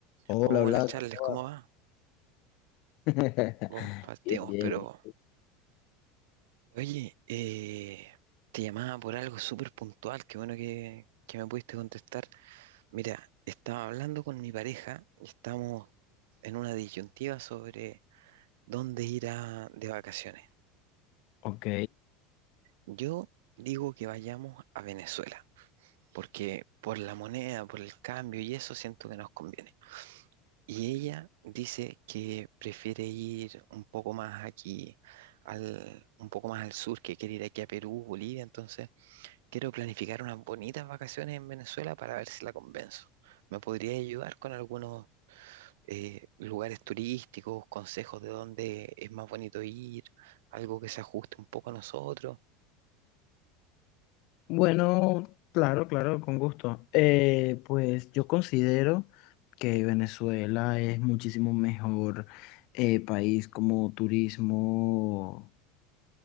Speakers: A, on the left (about 55°); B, on the right (about 70°).
A: Hola,
B: Hola
A: Blas,
B: Charles,
A: ¿cómo
B: ¿cómo
A: vas?
B: va?
A: <laughs>
B: Oh, partimos,
A: Bien, bien.
B: pero oye, eh, te llamaba por algo súper puntual, qué bueno que, que me pudiste contestar. Mira, estaba hablando con mi pareja, y estamos en una disyuntiva sobre dónde ir a- de vacaciones.
A: Ok.
B: Yo digo que vayamos a Venezuela, porque por la moneda, por el cambio y eso siento que nos conviene. Y ella dice que prefiere ir un poco más aquí, al, un poco más al sur, que quiere ir aquí a Perú, Bolivia. Entonces, quiero planificar unas bonitas vacaciones en Venezuela para ver si la convenzo. ¿Me podría ayudar con algunos eh, lugares turísticos, consejos de dónde es más bonito ir, algo que se ajuste un poco a nosotros?
A: Bueno, claro, claro, con gusto. Eh, pues yo considero que Venezuela es muchísimo mejor eh, país como turismo